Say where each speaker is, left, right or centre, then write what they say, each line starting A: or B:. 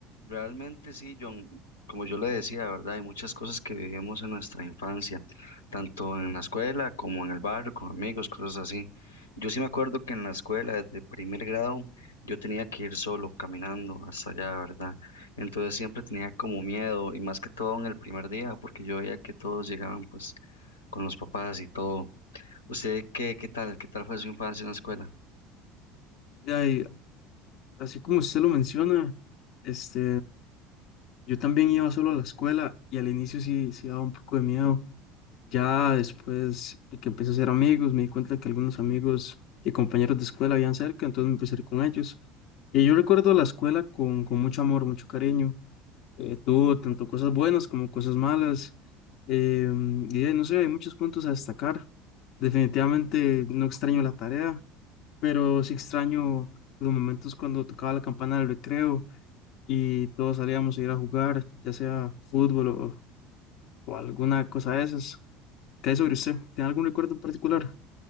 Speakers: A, on the left; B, on the left.
A: Realmente sí, John, como yo le decía, ¿verdad? Hay muchas cosas que vivimos en nuestra infancia, tanto en la escuela como en el barrio, con amigos, cosas así. Yo sí me acuerdo que en la escuela, desde primer grado, yo tenía que ir solo caminando hasta allá, ¿verdad? Entonces siempre tenía como miedo, y más que todo en el primer día, porque yo veía que todos llegaban pues con los papás y todo. ¿Usted qué, qué tal? ¿Qué tal fue su infancia en la escuela?
B: Ya, y así como usted lo menciona, este, yo también iba solo a la escuela y al inicio sí, sí daba un poco de miedo. Ya después de que empecé a hacer amigos, me di cuenta que algunos amigos y compañeros de escuela habían cerca, entonces me empecé a ir con ellos. Y yo recuerdo la escuela con, con mucho amor, mucho cariño. Eh, tuvo tanto cosas buenas como cosas malas. em, y eh, no sé, hay muchos puntos a destacar. Definitivamente no extraño la tarea pero sí extraño los momentos cuando tocaba la campana del recreo y todos salíamos a ir a jugar, ya sea fútbol o, o alguna cosa de esas. ¿Qué hay sobre usted? ¿Tiene algún recuerdo en particular?